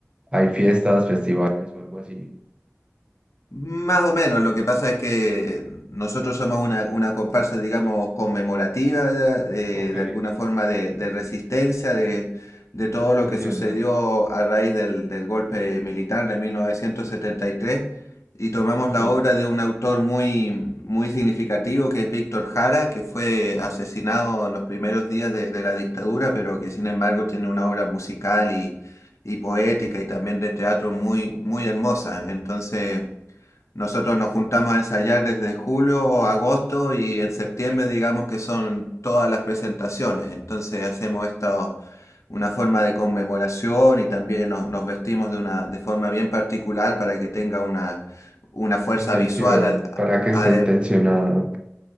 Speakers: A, on the right; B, on the left.
A: hay fiestas, festivales o algo así.
B: Más o menos, lo que pasa es que nosotros somos una, una comparsa, digamos, conmemorativa de,
A: Ok,
B: de alguna forma de, de resistencia de, de todo lo
A: entiendo,
B: que sucedió a raíz del, del golpe militar de 1973 y tres, y tomamos
A: entiendo.
B: la obra de un autor muy, muy significativo que es Víctor Jara, que fue asesinado en los primeros días de, de la dictadura, pero que sin embargo tiene una obra musical y, y poética y también de teatro muy, muy hermosa. Entonces... Nosotros nos juntamos a ensayar desde julio o agosto y en septiembre digamos que son todas las presentaciones. Entonces hacemos esta una forma de conmemoración y también nos, nos vestimos de una de forma bien particular para que tenga una, una fuerza
A: Intención,
B: visual, a-
A: para que esté
B: ade-
A: intencionado.